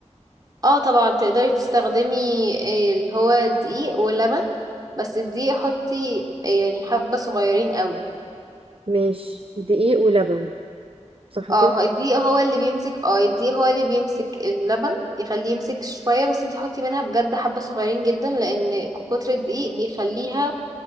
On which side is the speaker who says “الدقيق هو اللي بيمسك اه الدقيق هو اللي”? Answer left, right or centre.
Right